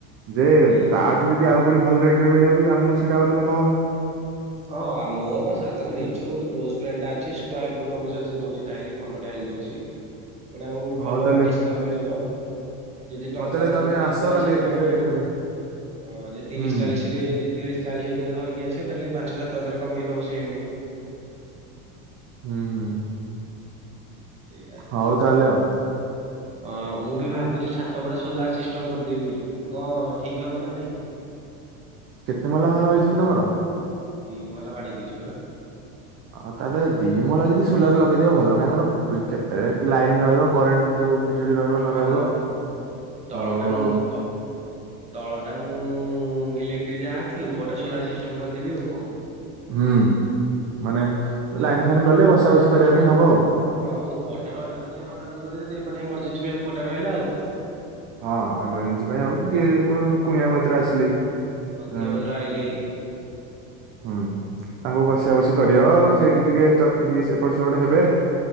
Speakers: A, on the right; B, on the right.
A: ଯେ
B: ହୁଁ।
A: ତାଠୁ ଯଦି ଆଉ କୋଉଠି ଭଲ ରେଟରେ ମିଳିବ ବି ଆମକୁ ସେଇଟା ଆହୁରି ଭଲ ହବ।
B: ହଁ ଆ ମୋର ବା ସାଙ୍ଗଟେ ନିଜ ଗୋଟେ କ୍ଲୋଜ ଫ୍ରେଣ୍ଡଟା ଅଛି ସ୍କୋୟାର ଫୁଟ୍ ଅନୁସାରେ ସେ ଦଉଛି ଟାଇଲ ଭଲ ଟାଇଲ ଦଉଛି। ପୁଣି ଆମକୁ
A: ହଉ
B: ଭଲ
A: ତାହେଲେ
B: ଡିସ୍କାଉଣ୍ଟ ବି ଦେବ। ଯଦି ଟଙ୍କା
A: ହଉ ତାହେଲେ
B: ପ
A: ତମେ
B: ତିରିଶ
A: ଆସ
B: ଚାଳିଶ
A: କାଲି
B: ହଜାର
A: ଏକାଥରେ
B: ଆଣିବାହାରି
A: ଦେଖା
B: ଯଦି
A: ଦେଖି
B: ଅଁ ଯେ ତିରିଶ
A: ହୁଁ
B: ଚାଳିଶ
A: ହୁଁ
B: ରେ ତିରିଶ ଚାଳିଶ ହଜାର ଧରିକି ଆସିବା ତାହେଲେ ସାତ ହଜାର କମେଇ ଦବ ସିଏ ଏଇନେ।
A: ହୁଁ ହୁଁ ହୁଁ।
B: ସେଇଟା ଅଛି
A: ହଉ
B: ଆଉ
A: ତାହେଲେ
B: କଣ ଆମର ହଁ ମୁଁ ବି ଭାବୁଛି ଛାତ ଗୁଡା ସୋଲାର ସିଷ୍ଟମ କରିଦେବି ବୋଲି। କଣ ଠିକ ହବ ନା ନାଇଁ?
A: କେତେ ମହଲା ଘର ହେଇଛି କି ତମର?
B: ଦି ମହଲା ବାଡେଇ ଦେଇଛି ବା।
A: ଆଉ ତାହେଲେ ଦି ମହଲା ଯଦି ସୋଲାର ଲଗେଇଦବ ଭଲ। କାହିଁକି ନା କେତେବେଳେ ଲାଇନ ରହିବ କରେଣ୍ଟ ଯୋଉ ବିଜୁଳି ରହିବ ନ
B: ହଁ
A: ରହିବ
B: ମ ତଳଟା
A: ଆଉ
B: ମୁଁ ମୁଁ ତ ତଳଟା ମୁଁ ଇଲେକ୍ଟ୍ରିକ ଯାହା ଅଛି ଉପରଟା ସୋଲାର ସିଷ୍ଟମ କରିଦେବି ଆଉ କଣ।
A: ହୁଁ। ମାନେ
B: ସେୟା
A: ଲାଇନ୍ ଫାଇନ୍ ଗଲେ ବସ ବସା ବାସି କରିବା ପାଇଁ ହବ ଆଉ।
B: ହଁ ଉପର ଟା ରହିଲା ତ ଯିଏ ବସାବସି କରବ, ଯଦି ଏପଟେ ଏମର୍ଜେସି ପାଇଁ ପଟେ ରହିଲା ଆଉ କଣ।
A: ହଁ ଏମର୍ଜେସି ପାଇଁ ଆଉ ଗେ କୋଉ କୁଣିଆ ମୈତ୍ର ଆସିଲେ
B: ତମ କୁଣିଆ
A: ଅଁ
B: ମୈତ୍ର ଆଇଲେ
A: ହୁଁ ତାଙ୍କୁ ବସିବା ବସି କରିବ ଆଉ ସେଇଠି ଟିକେ ଚଟ ସେ ଏପଟ ସେପଟ ହେବେ।